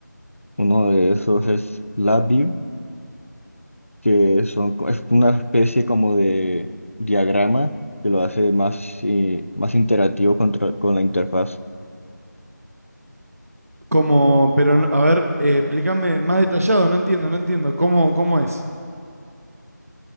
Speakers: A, on the left (about 45°); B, on the right (about 50°).
A: Uno de esos es LabVIEW, que son, co- es una especie como de diagrama que lo hace más, eh, más interactivo contra- con la interfaz.
B: ¿Cómo, pero no- a ver, eh, explícame más detallado, no entiendo, no entiendo. ¿Cómo, cómo es?